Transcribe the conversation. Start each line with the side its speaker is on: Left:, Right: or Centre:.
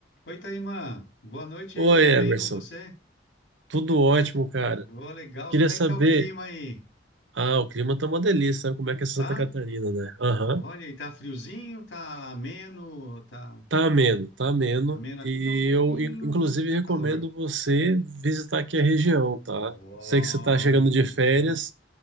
Left: Oi, Taimã. Boa noite
Right: Oi,
Left: aí, tudo bem
Right: Emerson.
Left: com você?
Right: Tudo ótimo, cara.
Left: Ô, legal.
Right: Queria
Left: Como
Right: saber.
Left: é que tá o clima aí?
Right: Ah, o clima tá uma delícia, sabe como é que é Santa
Left: Tá?
Right: Catarina, né? Aham.
Left: Olha, e tá friozinho, tá ameno, tá
Right: Tá ameno, tá ameno.
Left: tá ameno
Right: E
Left: aqui, tá um pouquinho
Right: eu, in- inclusive, recomendo
Left: calor.
Right: você visitar aqui a região, tá?
Left: Ó,
Right: Sei que você tá chegando de
Left: legal.
Right: férias,